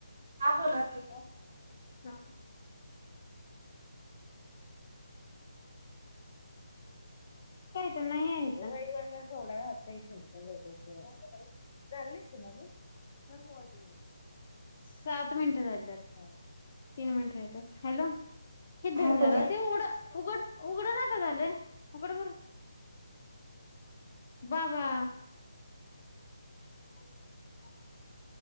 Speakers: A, on the right; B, on the left.
A: हा बोला कि.
B: <inaudible> <unintelligible> काय तर नाही आहे ता. <unintelligible> चालली होती ना गं? <unintelligible> तीन मिनटं राहिलत. हॅलो <unintelligible>
A: हा बोला की.
B: उघड उघड ना का झालंय, उघड बरं. बाबा <unintelligible>